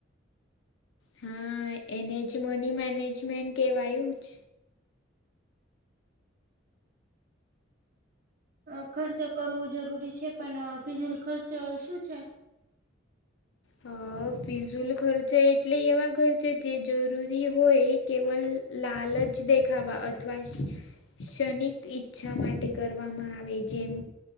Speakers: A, on the left; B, on the right.
A: હા એને જ મની મેનેજમેન્ટ કેવાયું જ.
B: અ ખર્ચ કરવું જરૂરી છે પણ ફિઝુલ ખર્ચ શું છે.
A: હ. ફિઝૂલ ખર્ચ એટલે એવા ખર્ચા જે જરૂરી હોય કેવલ લાલચ દેખાવા અથવા ક્ષણિક ઈચ્છા માટે કરવામાં આવે જેમ